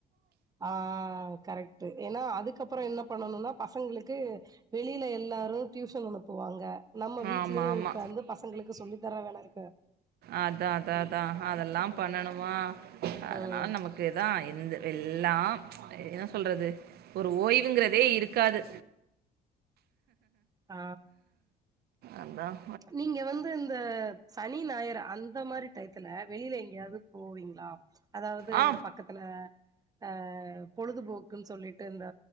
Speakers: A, on the right; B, on the right.
A: ஆ கரெக்ட்டு ஏன்னா அதுக்கப்றோ என்ன பண்ணனுனா பசங்களுக்கு வெளில எல்லாரு டியூஷனுக் போவாங்க நம்ம வீட்லயே
B: ஆமா ஆமா
A: உட்காந்து பசங்களுக்கு சொல்லி தர வேணாங்க
B: அதாதா தா அதெல்லா பண்ணனு மா அதனால
A: ம்.
B: நமக் க்குதான் இந்த எல்லா என்ன சொல்றது ஒரு ஓய்வுங்கறதே இருக்காது
A: ஆ
B: அந்தான்
A: நீங்க வந்து ந்த சனி ஞாயிறா அந்த மாரி டயத்துல வெளியில எங்கேயாவது போவீங்ளா அதாவது
B: ஆ
A: இந்த பக்கத்துல அ பொழுதுபோக்குன்னு சொல்லிட்டு இந்த